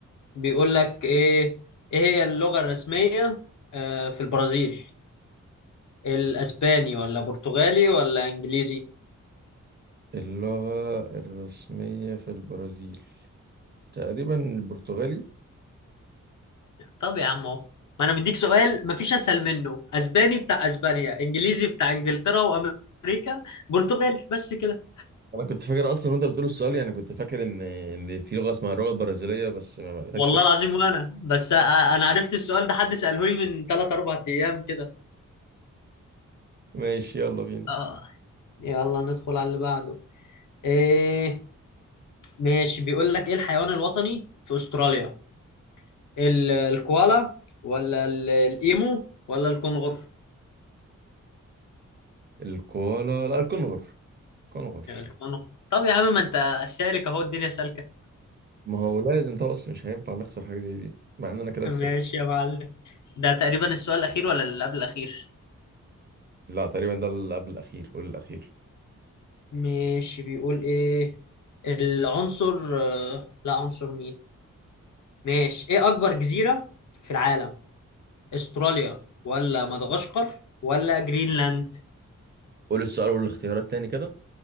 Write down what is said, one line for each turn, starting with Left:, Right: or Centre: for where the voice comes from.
Left: بيقول لك ايه ايه هي اللغة الرسمية آه في البرازيل الاسباني ولا برتغالي ولا انجليزي
Right: اللغة الرسمية في البرازيل تقريبا البرتغالي
Left: طب يا عم اهو ما انا مديك سؤال مفيش اسهل منه اسباني بتاع اسبانيا انجليزي بتاع انجلترا وامريكا برتغالي بس كده
Right: أنا كنت فاكر أصلا وأنت بتقول السؤال يعني كنت فاكر إن إن في لغة اسمها اللغة البرازيلية بس ما ما لقيتكش
Left: والله
Right: ولا
Left: العظيم وانا بس أ- انا عرفت السؤال ده حد ساله لي من 3 4 ايام كده
Right: ماشي يلا بينا
Left: اه يلا ندخل على اللي بعده ايه ماشي بيقول لك ايه الحيوان الوطني في استراليا ال- الكوالا ولا ال- الايمو ولا الكنغر
Right: الكوالا لا الكونغر كونغر
Left: الكنغر طب يا عم ما انت سالك اهو الدنيا سالكه
Right: ما هو لازم طقس مش هينفع نخسر حاجة زي دي مع إن أنا كده
Left: ماشي
Right: خسرت
Left: يا معلم ده تقريبا السؤال الأخير ولا اللي قبل الأخير
Right: لا تقريبا ده اللي قبل الأخير والأخير
Left: ماشي بيقول ايه العنصر آه، لا عنصر مين ماشي ايه اكبر جزيرة في العالم استراليا ولا مدغشقر ولا جرينلاند
Right: قول السؤال والاختيارات تاني كده